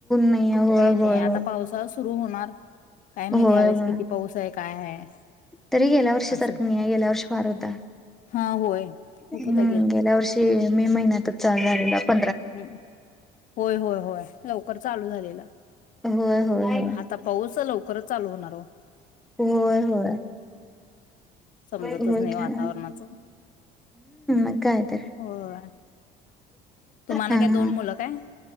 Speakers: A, in the centre; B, on the left.
A: नाही होय
B: ऊन काही नाही
A: होय
B: आता
A: होय
B: पावसा सुरू होणार, काय माहिती
A: होय
B: ह्या वेळेस
A: होय
B: किती पाऊस आहे? काय आहे.
A: तरी गेल्या वर्षी
B: असं.
A: सारखं नाही आहे गेल्या वर्षी फार होता.
B: हा होय खूप
A: हम्म
B: होता
A: गेल्या वर्षी मे महिन्यातच चालू झालेला प
B: हम् होय होय होय लवकर चालू झालेलं
A: होय होय
B: आता पाऊस लवकरच चालू होणार वो.
A: होय होय
B: समजतच
A: होय
B: नाही वातावरणाचं
A: की हम्म मग काय तर.
B: होय तुम्हाला
A: हा
B: काय
A: हा
B: दोन मुलं काय?